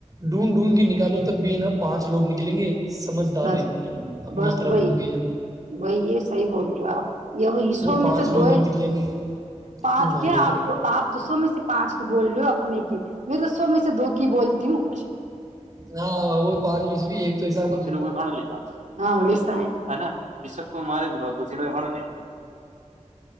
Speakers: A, on the right; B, on the right.
A: ڈھونڈ ڈھونڈ کے نکے گالوں توبینا پانچ لوگ نکلیں گے سمجھدار
B: بس
A: ویکتی اپنی
B: بس
A: طرف
B: وہی
A: ہوں گے جو
B: وہی یہ صحیح بول رہ ہو آپ یہ وہ اسسو میں
A: پانچ
B: سے
A: لوگ
B: دو
A: ہی نکلیں گے
B: پانچ
A: نہیں مانگے
B: کیا
A: لوگ
B: آپ آپو میں سے پانچ بول رہ ہو اپنے کی میں تو سو میں سے دو کی بولتی ہوں
A: ہاں وہ پانچ میںچ بھی ایک تو حساب
B: توں کوئی کانا ل جاؤ ہے نا رشب کو مار گو تو ج میں گ ل